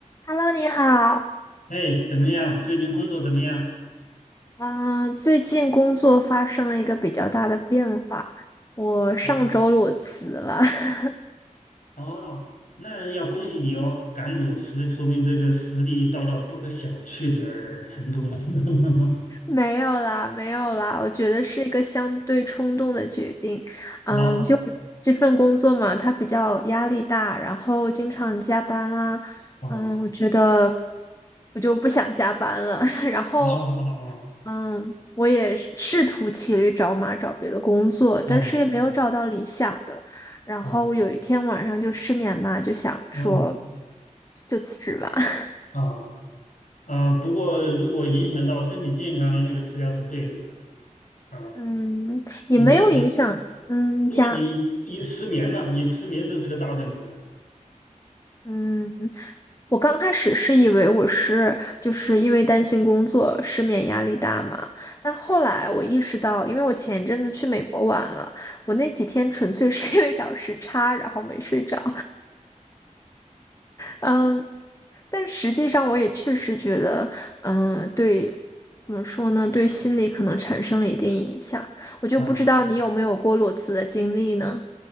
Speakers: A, on the left; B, on the left.
A: Hello，你好。
B: 哎，怎么样？最近工作怎么样？
A: 嗯，最近工作发生了一个比较大的变化，我上周裸辞了。
B: 哦，
A: <laughs>
B: 哦，那要恭喜你哦，敢裸辞，说明这个实力到了不可小觑的程度了。<laughs>
A: 没有啦，没有啦，我觉得是一个相对冲动的决定。嗯，
B: 哦
A: 就这份工作嘛，它比较压力大，然后经常加班啊。
B: 哦
A: 嗯，我觉得我就不想加班了。<laughs> 然后，
B: 哦哦
A: 嗯，我也是试图骑驴找马找别的工作，
B: 哦
A: 但是也没有找到理想的。然后有一天晚上就失眠嘛，
B: 哦
A: 就想说
B: 哦
A: 就辞职吧。<laughs>
B: 哦啊！不过如果影响到身体健康，那个吃药是对的。啊，
A: 嗯，也没有影响，
B: 有的你，
A: 嗯，
B: 因为你你失眠嘛，
A: 加
B: 你失眠这是个大问题了。
A: 嗯，我刚开始是以为我是就是因为担心工作失眠压力大嘛，但后来我意识到，因为我前一阵子去美国玩了，我那几天纯粹是因为倒时差，然后没睡着。嗯，但实际上我也确实觉得，嗯，对，怎么说呢，对心理可能产生了一定影响。我就不知道你有没有过裸辞的经历呢？
B: 啊